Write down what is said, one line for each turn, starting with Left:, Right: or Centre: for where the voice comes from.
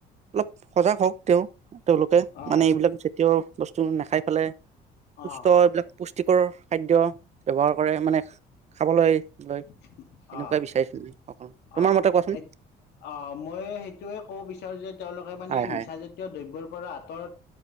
Right: অলপ সজাগ হওঁক তেওঁ তেওঁলোকে
Left: অঁ
Right: মানে এইবিলাক জাতীয় বস্তু নাখাই পেলাই, সুষ্ট
Left: অঁ
Right: এইবিলাক পু, টিকৰ খাদ্য। ব্যৱহাৰ কৰে মানে, খাবলৈ,
Left: অহ-অহ-অহ
Right: লয় তেনেকুৱাই বিচাৰিছো মই অকল তোমাৰ মতে কোৱাচোন
Left: মই সেইটোৱে, ক'ব বিচাৰো যে, তেওঁলোকে মানে
Right: হয়
Left: এই
Right: হয়
Left: নিচাজাতীয় দ্ৰব্যৰ পৰা আত, তৰত,